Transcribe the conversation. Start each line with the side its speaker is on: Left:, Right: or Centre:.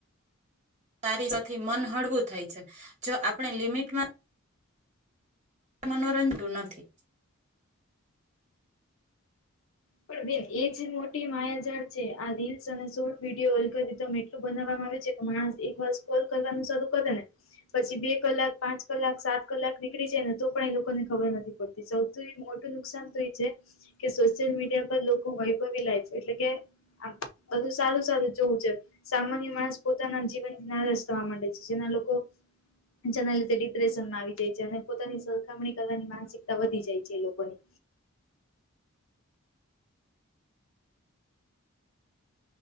Right: તારીથી મનહળવું થાય છે જો આપણે લિમિટમાં મનોરંજો નથી <inaudible>
Left: પણ બેન એજ મોટી માયાજાળ છે આ રીલ્સ અને શોર્ટ વિડીયો અલગ એટલું બનાવવામાં આવે છે કે માણસ એક વાર કોલ કરવાનું શરૂ કરે ને પછી બે કલાક પાંચ કલાક સાત કલાક નીકળી જાય ને તો પણ એ લોકોને ખબર નથી પડતી સૌથી મોટું નુકસાન તો એ છે કે સોશિયલ મીડિયા તેય પળ લોકો વૈભવી લાઈફ એટલે કે આમ બધું સારું સારું જોવું છે સામાન્ય માણસ પોતાના જીવનથી નારાજ થવા માંડે છે જેના લોકો જેના લીધે ડિપ્રેશનમાં આવી જાય છે અને પોતાની સરખામણી કરવાની માનસિકતા વધી જાય છે એ લોકોની